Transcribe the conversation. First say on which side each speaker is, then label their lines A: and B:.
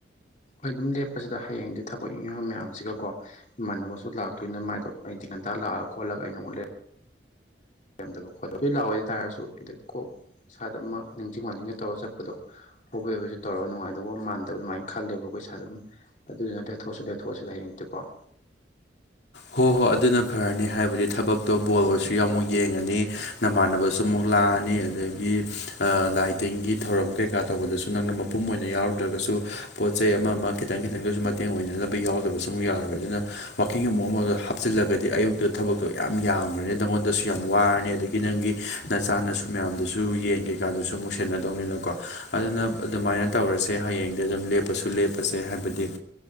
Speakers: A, on the left; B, on the left.
A: ꯍꯣꯏ ꯑꯗꯨꯝ ꯂꯦꯞꯄꯁꯤꯗ ꯍꯌꯦꯡꯗꯤ ꯊꯕꯛ ꯏꯪꯈꯥꯡ ꯃꯌꯥꯝꯁꯤꯒꯀꯣ ꯃꯃꯟ ꯑꯃꯁꯨ ꯂꯥꯛꯇꯣꯏꯅ ꯃ ꯃꯥꯗꯣ ꯑꯩ ꯇꯤꯤꯟ ꯉꯟꯇꯥ ꯂꯑꯒ ꯈꯣꯠꯂ ꯑꯩꯅ ꯑꯃꯨꯛ ꯂꯩꯔ ꯗꯕ ꯈꯣꯠꯇꯕ ꯂꯥꯛꯑꯣꯏꯗ ꯇꯥꯔꯁꯨ ꯀꯣꯛ ꯏꯁꯥꯗꯃꯛ ꯅꯤꯡꯁꯤꯡ ꯍꯥꯡꯁꯤꯡꯒ ꯇꯧꯔꯒ ꯆꯠꯄꯗꯣ ꯍꯣꯕꯣꯏ ꯍꯕꯁꯨ ꯇꯧꯔꯒ ꯅꯨꯡꯉꯥꯏꯇꯕꯧꯕ ꯃꯥꯟꯗꯕ ꯑꯗꯨꯃꯥꯏꯅ ꯈꯜꯂꯦꯕ ꯑꯩꯈꯣꯏ ꯏꯁꯥ ꯑꯗꯨꯝ ꯑꯗꯨꯗꯨꯅ ꯂꯦꯊꯣꯁꯨ ꯂꯦꯊꯣꯔꯣꯁꯤꯗ ꯍꯌꯦꯡꯛꯇꯦꯀꯣ
B: ꯍꯣ ꯍꯣꯏ ꯑꯗꯨꯅ ꯐꯔꯅꯤ ꯍꯥꯏꯕꯗꯤ ꯊꯕꯛꯇꯣ ꯕꯣꯔꯜꯁꯨ ꯌꯥꯝ ꯑꯃꯨꯛ ꯌꯦꯡꯉꯅꯤ ꯅꯃꯥꯟꯅꯕ ꯁꯨ ꯑꯃꯨꯛ ꯂꯥꯛꯑꯅꯤ ꯑꯗꯒꯤ ꯂꯥꯏ ꯇꯤꯟꯒꯤ ꯊꯧꯔꯝ ꯀꯩꯀꯥ ꯇꯧꯕꯗꯁꯨ ꯅꯪꯅ ꯃꯄꯨꯝ ꯑꯣꯏꯅ ꯌꯥꯎꯔꯨꯗ꯭ꯔꯒꯁꯨ ꯄꯣꯠ ꯆꯩ ꯑꯃ ꯑꯃ ꯈꯤꯇꯪ ꯈꯤꯇꯪꯗꯁꯨ ꯃꯇꯦꯡ ꯑꯣꯏꯅꯅꯕ ꯌꯥꯎꯗꯕ ꯁꯨꯝ ꯌꯥꯔꯣꯏ ꯑꯗꯨꯅ ꯋꯥꯋꯀꯤꯡ ꯑꯃ ꯃꯉꯣꯟꯗ ꯍꯥꯞꯆꯤꯜꯂꯒꯗꯤ ꯑꯌꯨꯛꯇ ꯊꯕꯛꯇꯣ ꯌꯥꯝ ꯌꯥꯝꯈ꯭ꯔꯅꯤ ꯅꯪꯉꯣꯟꯗꯁꯨ ꯌꯥꯝ ꯋꯥꯔꯅꯤ ꯑꯗꯒꯤ ꯅꯪꯒꯤ ꯅꯆꯥꯥꯟꯅꯁꯨ ꯃꯌꯥꯝꯗꯨꯁꯨ ꯌꯦꯟ ꯀꯩꯀꯥꯗꯨꯁꯨ ꯑꯃꯨꯛ ꯁꯟꯒꯗꯧꯅꯤꯅꯀꯣ ꯑꯗꯨꯅ ꯑꯗꯨꯃꯥꯏꯅ ꯇꯧꯔꯁꯦ ꯍꯌꯦꯡꯗꯤ ꯑꯗꯨꯝ ꯂꯦꯞꯄꯁꯨ ꯂꯦꯞꯄꯁꯦ ꯍꯥꯏꯕꯗꯤ